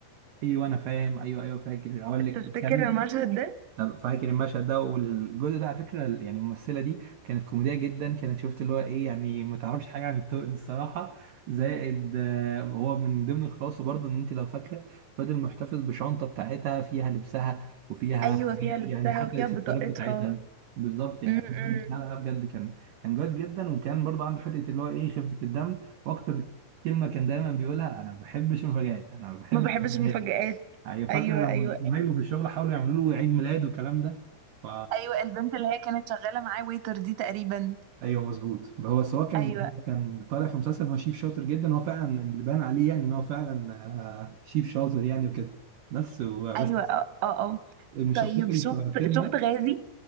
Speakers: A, on the right (about 70°); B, on the right (about 85°).
A: أيوه أنا فاهم أيوه أيوه فاكر أقول لك
B: تفتكر
A: كان
B: المشهد ده
A: أنا فاكر المشهد ده والجزء ده على فكره يعني الممثله دي كانت كوميديه جدا كانت شفت اللي هو ايه يعني ما تعرفش حاجه عن الطوق الصراحه زائد آه، هو من ضمن الخلاصه برضو ان انت لو فاكره فضل محتفظ بشنطه بتاعتها فيها لبسها وفيها
B: ايوه
A: حاجات
B: فيها لبسها
A: يعني حتى
B: وفيها
A: الاكسسوارات
B: بطاقتها
A: بتاعتها بالظبط يعني
B: امم
A: عايز أقول لك، لا لا بجد كان كان جاهز جدا وكان برضو عنده حته اللي هو ايه خفه الدم واكتر كلمه كان دايما بيقولها انا ما بحبش المفاجآت انا ما بحبش
B: ما بحبش
A: المفاجآت
B: المفاجآت
A: ايوه فاكره
B: ايوه
A: لما
B: ايوه
A: زمايله في الشغل حاولوا يعملوا له عيد ميلاد والكلام ده ف
B: ايوه البنت اللي هي كانت شغاله معاه ويتر دي تقريبا
A: ايوه مظبوط هو سواء كان
B: ايوه
A: هو كان طالع في مسلسل ان هو شيف شاطر جدا هو فعلا اللي بان عليه يعني ان هو فعلا آه، شيف شاطر يعني وكده بس بس
B: ايوه اه اه آه.
A: من الشخصيات
B: طيب
A: اللي
B: شفت
A: استغربت لها
B: شفت غازي